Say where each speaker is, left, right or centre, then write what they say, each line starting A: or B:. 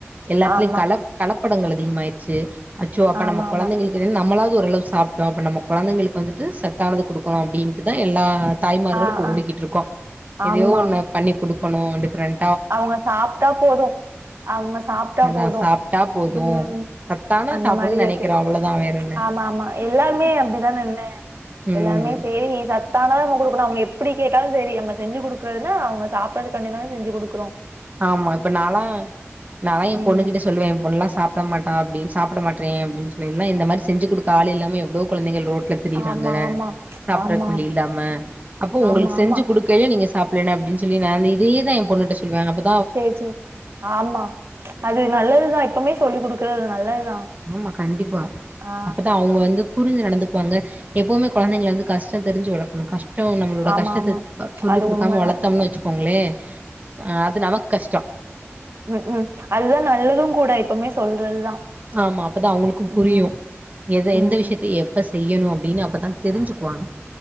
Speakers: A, on the right; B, on the right.
A: எல்லாத்துலயும்
B: ஆமா
A: கலப் கலப் படங்கள் அதிகமாயிடுச்சு அச்சோ அப்ப
B: ஆமா
A: நம்ம கொழந்தைகளுக்கு
B: ஆமா
A: நம்மளாவது ஓரளவு சாப்டோம் நம்ம குலந்தைகளுக்கு வந்துட்டு சத் தானது குடுக்கணும் அப்டின்ட்டுதா எல்லா தாய்மார்கலு
B: ஆ
A: இப்போ
B: ஆ
A: ஓடிக்கிட்ருக்கோம் எதையோ
B: ஆமா
A: ஒன்ன பண்ணி கொடுக் பண்ணுவோ டிஃப்ரென்
B: அவங்க சாப்ட்டா போதும் அவங்க சாப்ட்டா
A: அதா
B: போதும்
A: சாப்ட்டா போது
B: உம்
A: சத்தான
B: அந்த
A: சாப்புட்ணுன்
B: மாரி
A: நெனைக்கிறோ
B: இருக்கு
A: அவ்ளோதா வேற என்ன
B: ஆமா ஆமா எல்லாருமே அப்டிதானன்னே
A: ம்
B: எல்லாமே சேரிங்க இ சாத் தானா நம்ம குடுக்கனும் அவங்க எப்டி கேட்டாலும் சரி நம்ம செஞ்சு குடுக்குறனா அவங்க சாப்டுரகாண்டிதான செஞ்சுகொடுக் குறோம்
A: ஆமா இப்ப நாலாம் நாஅதா என்
B: ம்
A: பொண்ணுகிட்ட சொல்லுவேன் என் பொண்ணுல்லா சாப்பிடமாட்ட அப்படி சாப்டமாட்ரேயேயப்டின்னு சொல்லிலா இந்த மாதிரி செஞ்சு கொடுக்க ஆளு இல்லாம எவ்ளோ குழந்தைகள் ரோட் சிலர்திரியிராங்க
B: ஆமா ஆமா
A: சாப்டவழியில்லாமா
B: ஆமா
A: அப்ப உங்களுக்கு
B: ஆமா ஆமா
A: செஞ்சு கொடுக்கையிலே நீங்க சாப்டலனாயெப்டினு சொல்லி நானு இதையேதான் என் பொண்ணுட்ட சொல்லுவ அப்ப
B: செர் செர் ஆமா அது நல்லதுதா இப்போமே சொல்லிக்கொடுக் து நல்லதுதா
A: ஆமா கண்டிப்பா
B: ஆ
A: அப்பதான் அவங்க வந்து புரிஞ்சுநடந்துக்குவாங்க எப்போவுமே குழந்தைங்களவந்து கஷ்டம் தெரிஞ்சு வளக்கணும் கஷ் <unintelligible> நம்மளோட
B: ஆமா
A: கஷ்டத்த
B: ஆமா
A: சொல்லி
B: அது
A: கொடுக்காம
B: உண்மதா
A: வளத்தோம்னு வச்சுக்கோங்களே அஹ் அது நமக்கு கஷ்டம்
B: உம் உம் அதுதான் நல்லதுகூட எப்பவுமே சொல்றதுதா
A: ஆமா அப்பதான் அவங்களுக்கும் புரியும்
B: ம்
A: எத
B: ம்
A: எந்த விஷயத்த எப்ப செய்யணு அப்டின்னு அப்பதா தெரிஞ்சுகுவாங்க